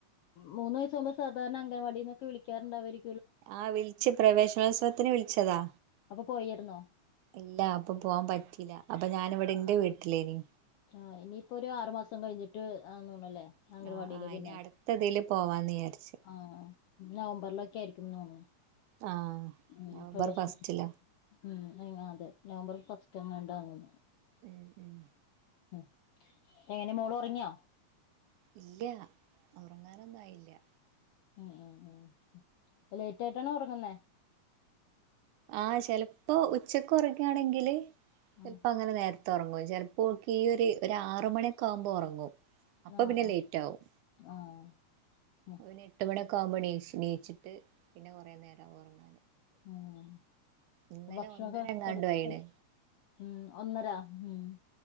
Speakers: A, on the left; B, on the right.
A: മൂന്ന് വയസ്സകുമ്പ സാധാരണ അംഗവാടിന്നൊക്കെ വിളാറുണ്ടാവ അവര്
B: ആഹ് വിളിച്ച് പ്രവേശനോത്സവത്തിന് വിളിച്ചതാ
A: അപ്പൊ പോയിരുന്നോ
B: ഇല്ല അപ്പൊ പോവാൻ പറ്റീല്ല അപ്പൊ ഞാനിവിടെ ന്റെ വീ തിലെനി
A: ആഹ് ഇനിയിപ്പോ ഒരു ആറ് മാസം കഴിഞ്ഞിട്ട് ആന്നോന്നണല്ലേ. ആംഗണവാടി
B: ആ ആ
A: ലെ പിന്നെ
B: ഇനി അടുത്തതില് പോവാന്ന് വിചാരിച്ച്
A: ആഹ് നവംബറിലൊക്കെ ആയിരിക്കും തോന്നുന്നു.
B: ആഹ്
A: ഉം
B: നവംബർ
A: പ്രവേശനം
B: ഫസ്റ്റില.
A: ഉം അങ്ങ അതെ നവംബർ ഫസ്റ്റ്ങ്ങാണ്ടാന്ന്ന്നോന്നു.
B: ഉം ഉം
A: ആഹ്. എനെ മോള് ഉറങ്ങിയാ.
B: ഇല്ല. ഉറങ്ങാനൊന്നും ആയില്ല.
A: ഉം ഉം ഉം. ലേറ്റ ആയിട്ടാണ ഉറങ്ങുന്നേ?
B: ആഹ് ചെലപ്പോ ഉച്ചക്ക് ഉറാകുവാണെങ്കിൽ -
A: ഉം
B: ചെലപ്പോ അങ്ങനെ നേര നേരുത്തേ ഉറങ്ങും ചിലപ്പോൾ ഈ ഒരു ആറ് മണിയൊക്കെ ആകുമ്പോ ഒറങ്ങും. അപ്പൊ
A: ആഹ്
B: പിന്നെ
A: ആഹ്
B: ലേറ്റ് ആവും.
A: ആഹ് ഉം
B: ഒര് എട്ട് മണി കോമ്പിണീച്ചിണീച്ചിട്ട് പിന്നെ കുറേ നേരം ആവു ഒറങ്ങ
A: ആഹ്.
B: ഇന്നലെ
A: ഭക്ഷണൊക്കെ
B: ഒന്നര എങ്ങാണ്ടു
A: കൊടു ത്ത്
B: ആയിണ്
A: ഉം ഒന്നര ഉം